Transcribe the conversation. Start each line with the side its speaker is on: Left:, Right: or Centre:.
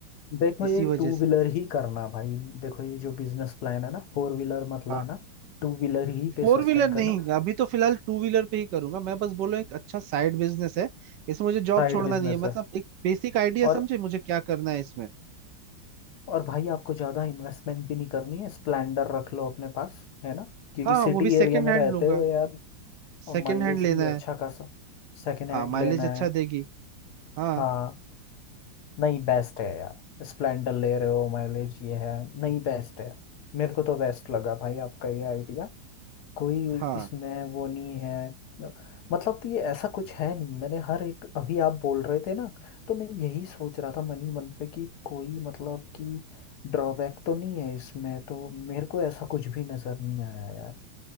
Left: देखो ये
Right: इसी वजह
Left: टू व्हीलर
Right: से
Left: ही करना भाई देखो ये जो बिजनेस प्लान है ना फोर व्हीलर मत लाना
Right: हाँ
Left: टू व्हीलर ही पे
Right: फोर
Left: सस्टेन
Right: व्हीलर
Left: करना
Right: नहीं अभी तो फिलहाल टू व्हीलर पे ही करूंगा मैं बस बोलो एक अच्छा साइड बिजनेस है इसमें मुझे जॉब
Left: साइड
Right: छोड़ना
Left: बिजनेस
Right: नहीं है
Left: है
Right: मतलब एक बेसिक आइडिया
Left: और
Right: समझे मुझे क्या करना है इसमें
Left: और भाई आपको ज़्यादा इन्वेस्टमेंट भी नहीं करनी है स्प्लेंडर रख लो अपने पास है ना क्योंकि
Right: हाँ
Left: सिटी
Right: वो भी सेकंड
Left: एरिया में
Right: हैंड
Left: रहते
Right: लूंगा
Left: हो यार और
Right: सेकंड
Left: माइलेज
Right: हैंड लेना
Left: भी अच्छा
Right: है
Left: खासा सेकेंड हैंड
Right: हाँ माइलेज
Left: लेना
Right: अच्छा
Left: है
Right: देगी हाँ
Left: हाँ नहीं बेस्ट है यार स्प्लेंडर ले रहे हो माइलेज ये है नहीं बेस्ट है मेरे को तो बेस्ट लगा भाई आपका ये आइडिया कोई
Right: हाँ
Left: इसमें वो नहीं है मतलब कि ऐसा कुछ है नहीं मैंने हर एक अभी आप बोल रहे थे ना तो मैं यही सोच रहा था मन ही मन पे कि कोई मतलब कि ड्रॉबैक तो नहीं है इसमें तो मेरे को ऐसा कुछ भी नजर नहीं आया यार